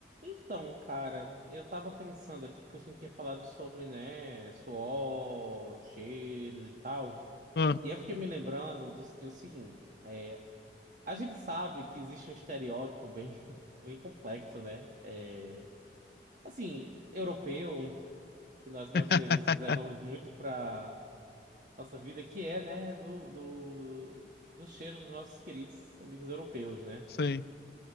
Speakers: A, on the right (about 45°); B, on the left (about 60°).
A: Então, cara, eu tava pensando aqui que você tinha falado sobre, né, suor, cheiros e tal.
B: Ah,
A: E eu fiquei me lembrando do, do seguinte, é, a gente sabe que existe um estereótipo bem, <laughs> bem complexo, né? É, assim, europeu, que nós brasileiros
B: <laughs>
A: levamos muito pra nossa vida, que é, né, do, do, do cheiro dos nossos queridos amigos europeus, né?
B: sim.